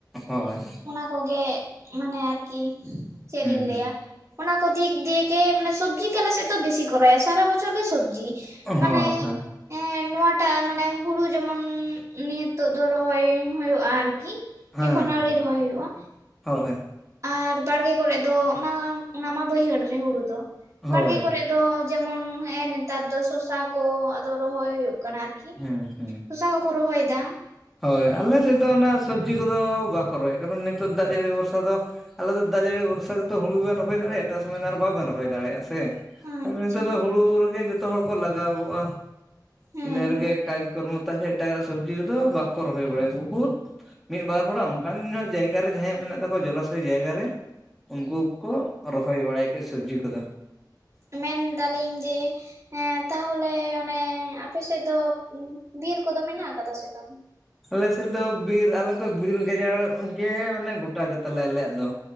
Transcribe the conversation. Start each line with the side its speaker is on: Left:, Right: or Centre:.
Centre: ᱦᱳᱭ᱾
Right: ᱚᱱᱟ ᱠᱚᱜᱮ ᱢᱟᱱᱮ ᱟᱨᱠᱤ ᱪᱮᱫ
Centre: ᱦᱩᱸ
Right: ᱞᱤᱧ ᱞᱟᱹᱭᱟ?
Centre: ᱦᱩᱸ
Right: ᱚᱱᱟ ᱠᱚ ᱫᱤᱠ ᱫᱤᱭᱮ ᱜᱮ ᱢᱟᱱᱮ ᱥᱚᱵᱽᱡᱤ ᱜᱮ ᱟᱞᱮ ᱥᱮᱫ ᱫᱚ ᱵᱮᱥᱤ ᱠᱚᱨᱟᱣᱟ ᱥᱟᱨᱟ ᱵᱚᱪᱦᱚᱨ ᱜᱮ ᱥᱚᱵᱡᱤ᱾
Centre: ᱦᱳᱭ
Right: ᱢᱟᱱᱮ ᱮ ᱱᱚᱣᱟᱴᱟᱜ ᱢᱟᱱᱮ ᱦᱩᱲᱩ ᱡᱮᱢᱚᱱ ᱱᱤᱛᱚ ᱫᱚ ᱨᱚᱦᱚᱭᱼᱼ ᱦᱩᱭᱩᱜᱼᱟ ᱟᱨᱠᱤ
Centre: ᱦᱳᱭ
Right: ᱮᱠᱷᱚᱱ ᱟᱹᱣᱲᱤ ᱨᱚᱦᱚᱭ ᱦᱩᱭᱩᱜᱼᱟᱼᱼ
Centre: ᱦᱮᱸ ᱦᱳᱭ
Right: ᱟᱨ ᱵᱟᱲᱜᱮ ᱠᱚᱨᱮ ᱫᱚ ᱚᱱᱟ, ᱚᱱᱟ ᱢᱟ ᱵᱟᱹᱭᱦᱟᱹᱲ ᱨᱮ ᱦᱩᱲᱩ ᱫᱚ
Centre: ᱦᱳᱭ
Right: ᱵᱟᱲᱜᱮ ᱠᱚᱨᱮ ᱫᱚᱼᱼ ᱫᱚ ᱡᱮᱢᱚᱱ ᱦᱮᱸ ᱱᱮᱛᱟᱨ ᱫᱚ ᱥᱚᱨᱥᱟ ᱠᱚ ᱟᱫᱚ ᱨᱚᱦᱚᱭ ᱦᱩᱭᱩᱜ ᱠᱟᱱᱟ ᱟᱨᱠᱤᱼᱼ
Centre: ᱦᱩᱸ ᱦᱩᱸ
Right: ᱠᱤ ᱥᱚᱨᱥᱟ ᱠᱚᱠᱚ ᱨᱚᱦᱚᱭ ᱫᱟ᱾
Centre: ᱦᱳᱭ ᱟᱞᱮ ᱥᱮᱫ ᱫᱚ ᱚᱱᱟ ᱥᱚᱵᱽᱡᱤ ᱠᱚᱫᱚ ᱵᱟᱠᱚ ᱨᱚᱦᱚᱭᱮᱫᱼᱟ ᱠᱟᱨᱚᱱ ᱱᱤᱛᱚᱜ ᱫᱟᱜ ᱡᱟᱹᱲᱤ ᱵᱷᱚᱨᱥᱟ ᱫᱚᱼᱼ ᱟᱞᱮ ᱫᱚ ᱫᱟᱜ ᱡᱟᱹᱲᱤ ᱵᱷᱚᱨᱥᱟ ᱜᱮᱛᱚ ᱦᱩᱲᱩᱵᱮᱱ ᱨᱚᱦᱚᱭ ᱫᱟᱲᱮᱼᱟ ᱮᱴᱟᱜ ᱥᱚᱢᱚᱭ ᱫᱚ ᱟᱨ ᱵᱟᱵᱮᱱ ᱨᱚᱦᱚᱭ ᱫᱟᱲᱮᱭᱟᱜᱼᱟ ᱥᱮ᱾
Right: ᱟᱪᱪᱷᱟ
Centre: ᱛᱟᱦᱚᱞᱮ ᱱᱤᱛᱚᱜ ᱫᱚ ᱦᱩᱲᱩ ᱨᱮᱜᱮ ᱡᱚᱛᱚ ᱦᱚᱲ ᱠᱚ ᱞᱟᱜᱟᱣ ᱠᱚᱜᱼᱟ᱾
Right: ᱦᱮᱸ
Centre: ᱤᱱᱟᱹ
Right: ᱦᱮᱸ
Centre: ᱨᱮᱜᱮ ᱠᱟᱡᱽᱠᱨᱢᱚᱛᱟ ᱥᱮ ᱮᱴᱟᱜᱟᱜ ᱥᱚᱵᱽᱡᱤ ᱠᱚᱫᱚ ᱵᱟᱠᱚ ᱨᱚᱦᱚᱭ ᱵᱟᱲᱟᱭᱟᱠᱚ ᱵᱚᱦᱩᱫᱼᱼ ᱢᱤᱫ ᱵᱟᱨ ᱦᱚᱲᱟᱜ ᱚᱱᱠᱟᱱ ᱧᱚᱜ ᱡᱟᱭᱜᱟ ᱨᱮ ᱡᱟᱦᱟᱸᱭᱟᱜ ᱢᱮᱱᱟᱜ ᱛᱟᱠᱚᱣᱟ ᱡᱚᱞᱟᱥᱚᱭ ᱡᱟᱭᱜᱟ ᱨᱮᱼᱼ ᱩᱱᱠᱩ ᱠᱚ ᱨᱚᱦᱚᱭ ᱵᱟᱲᱟᱭ ᱠᱷᱟᱡ ᱥᱚᱵᱽᱡᱤ ᱠᱚᱫᱚ᱾
Right: ᱩᱸᱢᱮᱱ ᱮᱫᱟᱞᱤᱧ ᱡᱮᱼᱼ ᱦᱮᱸ ᱛᱟᱦᱚᱞᱮ ᱚᱱᱮ, ᱟᱯᱮ ᱥᱮᱫ ᱫᱚ ᱵᱤᱨ ᱠᱚᱫᱚ ᱢᱮᱱᱟᱜ ᱟᱠᱟᱫᱟ ᱥᱮ ᱵᱟᱝ?
Centre: ᱟᱞᱮ ᱥᱮᱫ ᱫᱚ ᱵᱤᱨ ᱟᱞᱮᱫᱚ ᱵᱤᱨ ᱜᱟᱡᱟᱲ ᱜᱮ ᱢᱟᱱᱮ ᱜᱚᱴᱟ ᱜᱮᱛᱟᱞᱮ ᱟᱞᱮᱭᱟᱜ ᱫᱚ᱾